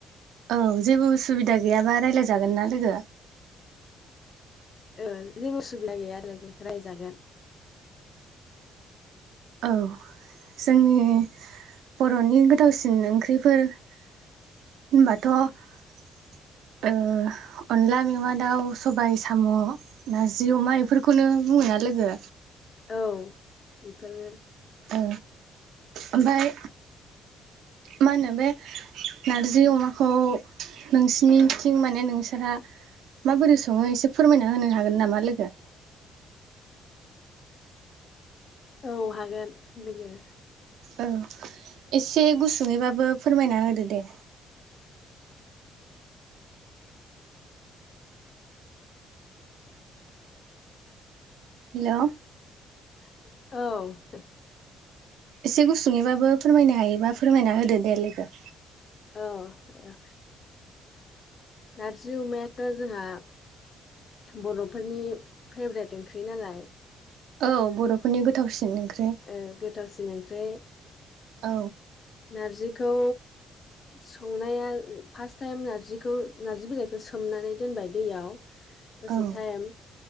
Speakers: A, on the right; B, on the left.
A: औ जेबो उसुबिदा गैयाबा रायलाय जागोन ना लोगो?
B: ओ जेबो उसुबिदा गैया आरोखि रालाय जागोन।
A: औ जोंनि बर'नि गोथावसिन ओंख्रिफोर होनबाथ' ओ अनला मेवा दाउ, सबाइ साम', नारजि अमा एफोरखौनो बुङो आ लोगो
B: औ बेफोर
A: ओ ओमफ्राय मा होनो बे नारजि अमाखौ नोंसिनिथिं माने नोंसोरा माबोरै सङो एसे फोरमायना होनो हागोन नामा लोगो
B: औ हागोन लोगो
A: औ एसे गुसुङैबाबो फोरमायना होदो दे हेल'
B: औ
A: एसे गुसुङैबाबो फोरमायनो हायोबा फोरमायना होदो दे लोगो
B: औ नारजि अमायाथ' जोंहा बर'फोरनि फेभ्रेट ओंख्रि नालाय
A: औ बर'फोरनि गोथावसिन ओंख्रि
B: औ गोथावसिन ओंख्रि
A: औ
B: नारजिखौ संनाया फास्ट टाइम नारजिखौ नार्जि बिलाइखौ सोमनानै दोनबाय दैयाव दसे
A: औ
B: टाइम